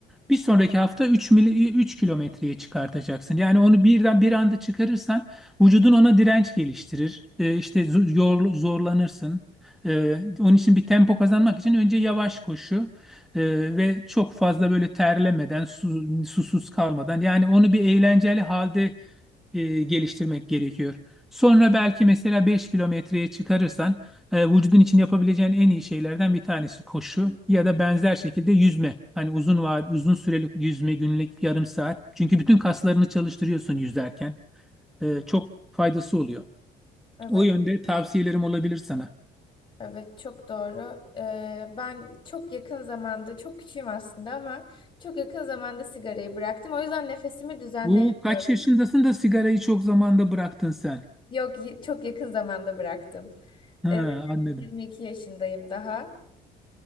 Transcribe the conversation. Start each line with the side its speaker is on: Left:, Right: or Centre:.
Centre: bir sonraki hafta 3 mil, 3 kilometreye çıkartacaksın. Yani onu birden bir anda çıkarırsan Vücudun ona direnç geliştirir. E, işte zo- yor- zorlanırsın. E, onun için bir tempo kazanmak için önce yavaş koşu e, ve çok fazla böyle terlemeden, su- susuz kalmadan yani onu bir eğlenceli halde e, geliştirmek gerekiyor. Sonra belki mesela 5 kilometreye çıkarırsan e, vücudun için yapabileceğin en iyi şeylerden bir tanesi koşu ya da benzer şekilde yüzme. Hani uzun va- uzun süreli yüzme günlük yarım saat. Çünkü bütün kaslarını çalıştırıyorsun yüzerken e, çok faydası oluyor.
Left: Evet.
Centre: O yönde tavsiyelerim olabilir sana.
Left: Evet çok doğru. Ee, ben çok yakın zamanda çok küçüğüm aslında ama çok yakın zamanda sigarayı bıraktım. O yüzden nefesimi düzenleyemiyorum.
Centre: Bu kaç yaşındasın da sigarayı çok zamanda bıraktın sen?
Left: Yok y- çok yakın zamanda bıraktım.
Centre: Ha,
Left: Ee,
Centre: anladım.
Left: 22 yaşındayım daha.